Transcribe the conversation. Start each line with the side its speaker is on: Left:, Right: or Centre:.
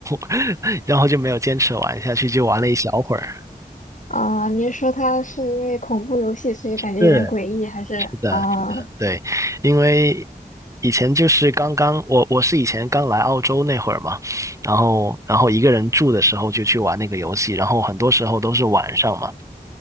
Right: <laughs> 然后就没有坚持玩下去，就玩了一小会儿。
Left: 啊，您说它是因为恐怖游戏，所以感觉有点诡异，
Right: 是，
Left: 还是啊？
Right: 是的，对，因为以前就是刚刚我我是以前刚来澳洲那会儿嘛，然后然后一个人住的时候就去玩那个游戏，然后很多时候都是晚上嘛。